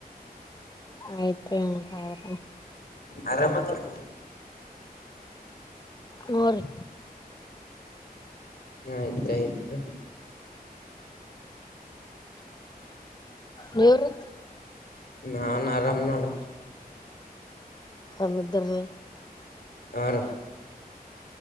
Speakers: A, on the left; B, on the left.
A: ಆಯಿತ್ರಿ ಹಂಗಾರ.
B: ಆರಾಮ ಆದೂರಿ.
A: ಹ್ಮ್ ರಿ
B: ಹ್ಮ್ ಆಯ್ತಾಯ್ತುತ್ರು.
A: ನಿವ್ರೀ.
B: ನಾನ್ ಆರಾಮ್ ನೋಡ್ರ.
A: ಆ ಬುದ್ಧೂರಿ.
B: ಆರಾ